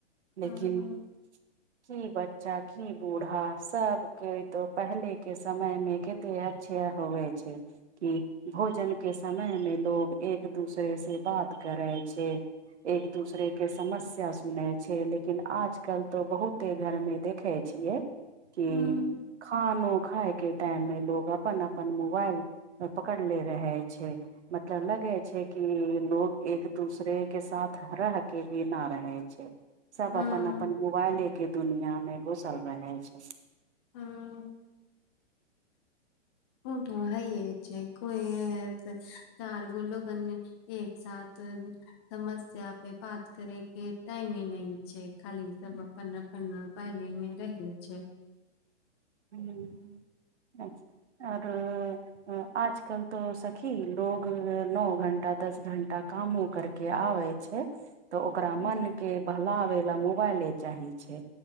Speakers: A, on the right; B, on the left.
A: लेकिन।
B: हूँ हूँ
A: की बच्चा की बूढ़ा सबकेँ तो पहले केँ समय मे के। ते अच्छा होबे छै कि भोजन। के समय मे लोग एक दूसरे से बात करै छै। एक दूसरे केँ समस्य। या सुनै छै लेकिन आजकल तो बहुते घर मे देखै छियै। कि
B: हूँ
A: खानो खाय केँ टाइम मे लोग अपन अपन मोबाइल। पकड़ले रहै छै। मतलब लगै छै कि लोग एक दूसरे केँ साथ रह केँ भी ना रहे। रहे छै सब
B: हूँ
A: अपन अपन मोबाइले केँ दुनिया मे घुसल रहै छै।
B: हँ। ओ तो हइये छै कोइ ऐ हेतै से चार गो लोगन मे। एक साथ। समस्या पे बात करे केँ टाइमे नै छै खाली सब अपन अप। अपन मोबइले मे रहै छै।
A: ह आओर। आजकल तो सखी लोग नओ घण्टा दस घंटा कामो करके आबए। छै। त ओकरा
B: हूँ
A: मन के बहलावे ला मोबाइले चाही छै